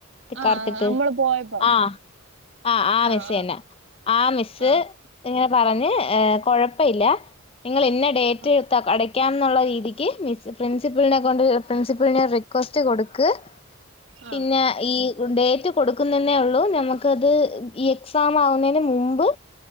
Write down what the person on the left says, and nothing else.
കർത്തിട്ട്
ആഹ് ആഹ് ആഹ്
മിസ്സന്നെ
ആ മിസ്
ഇങ്ങനെ പറഞ്ഞ് കുഴപ്പ ഇല്ലാ നിങ്ങൾ ഇന്ന ഡേറ്റ്
അടയ്ക്കാ ന്നുള്ള രീതി ക്ക് പ്രിൻസിപ്പിളിനെ കൊണ്ട് പ്രിൻസിപ്പിളിന് ഒരു റിക്വസ്റ്റ് കൊടുക്ക്
പിന്നെ ഈ ഡേറ്റ് കൊടുക്കുന്നന്നെ ഉള്ളു നമുക്കത് ഈ എക്സാം ആവുന്നതിന് മുമ്പ്